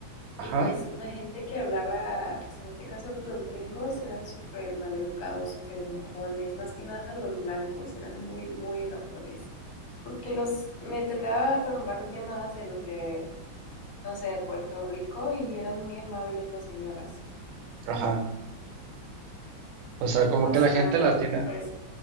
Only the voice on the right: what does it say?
Ajá,
ajá. O sea, como
que la gente
latina,